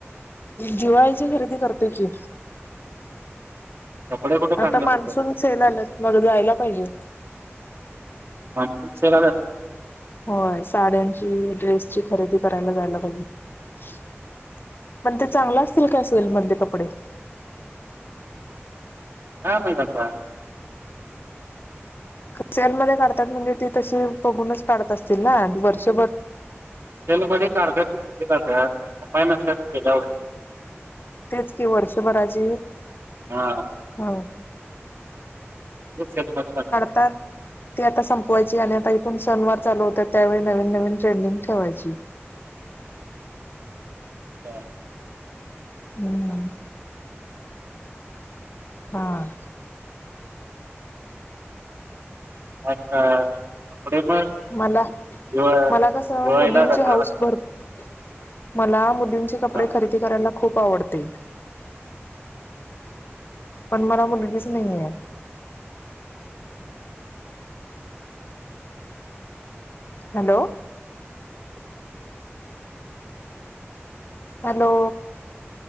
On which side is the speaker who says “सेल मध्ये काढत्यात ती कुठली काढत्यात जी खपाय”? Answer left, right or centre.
Right